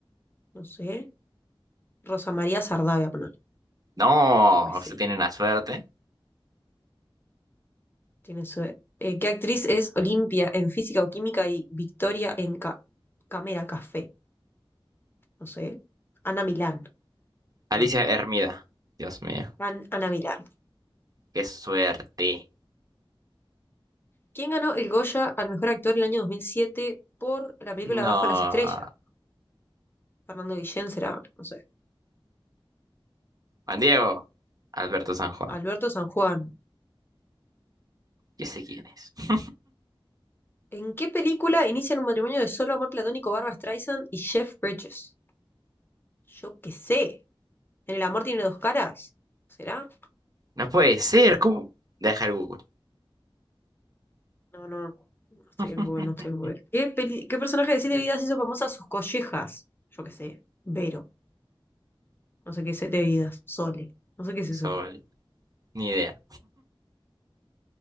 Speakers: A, on the left (about 25°); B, on the right (about 40°).
A: No sé. Rosa María Sardá, voy a poner.
B: No.
A: Pues
B: Usted
A: sí,
B: tiene una suerte.
A: tiene su... eh, ¿qué actriz es Olimpia en Física o Química y Victoria en Ca- Cámara Café? No sé. Ana Milán,
B: Alicia
A: no.
B: Hermida. Dios mío.
A: An- Ana Milán.
B: Qué suerte.
A: ¿Quién ganó el Goya al mejor actor el año 2007 por la película
B: No.
A: Bajo las Estrellas? Fernando Guillén será, no sé.
B: Juan Diego. Alberto San Juan.
A: Alberto San Juan.
B: Ya sé quién es.
A: ¿En qué película inician un matrimonio de solo amor platónico Barbra Streisand y Jeff Bridges? Yo qué sé. ¿En el amor tiene dos caras? ¿Será?
B: No puede ser. ¿Cómo? Deja el Google.
A: No, no. No estoy en
B: <laughs>
A: Google, no estoy en Google. ¿Qué, peli- qué personaje de Siete Vidas hizo famosa sus collejas? Yo qué sé. Vero. No sé qué es Siete Vidas. Sole. No sé qué es
B: Sol.
A: eso.
B: Ni idea.